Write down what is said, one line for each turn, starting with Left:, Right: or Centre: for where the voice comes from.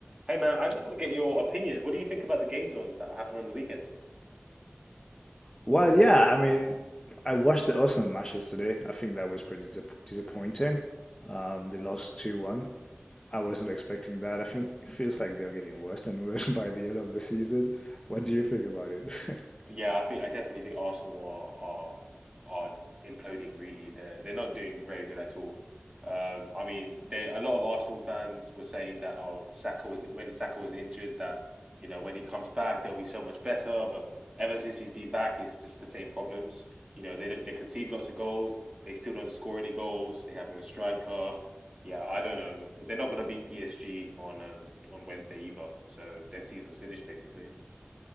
Right: Hey man, I just want to get your opinions. What do you think about the games on that happened on the weekend?
Left: Well, yeah, I mean, I watched the Arsenal matches today. I think that was pretty dis disappointing. Um, they lost 2-1. I wasn't expecting that. I think it feels like they're getting worse and worse <laughs> by the end of the season. What do you think about it? <laughs>
Right: Yeah, I think I definitely think Arsenal are are are imploding really. They're they're not doing very good at all. Um, I mean, they a lot of Arsenal fans were saying that oh, Saka was when Saka was injured that you know when he comes back they'll be so much better. But ever since he's been back, it's just the same problems. You know, they don't, they concede lots of goals. They still don't score any goals. They have no striker. Yeah, I don't know. They're not going to beat PSG on um on Wednesday either. So their season's finished basically.